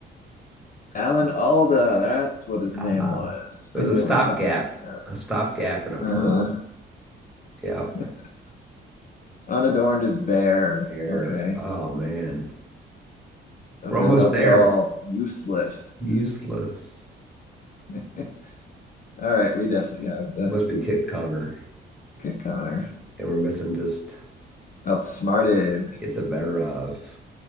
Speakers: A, on the left; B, in the centre.
A: Alan Alda, that's what his name
B: Ah,
A: was.
B: It was
A: I knew
B: a stopgap,
A: it was something like that.
B: a stopgap and a perm.
A: Uh,
B: Yep.
A: <laughs> unadorned is bare.
B: There.
A: Okay.
B: Oh man.
A: Of
B: We're almost
A: no help
B: there.
A: at all. Useless.
B: Useless.
A: <laughs> All right, we definitely have this.
B: Must be Kit Connor.
A: Kit Connor.
B: And we're missing just
A: Outsmarted.
B: get the better of.